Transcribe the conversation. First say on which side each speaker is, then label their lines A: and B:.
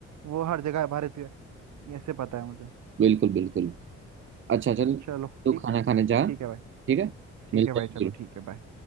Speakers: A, on the right (about 65°); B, on the right (about 40°).
A: वो हर जगह है भारत के ये ऐसे पता है मुझे
B: बिल्कुल बिल्कुल अच्छा चल
A: चलो
B: तू
A: ठीक
B: खाना खाने जा
A: ठीक है भाई
B: ठीक है
A: ठीक
B: मिलते
A: है भाई
B: हैं
A: चलो
B: फिर
A: ठीक है भाई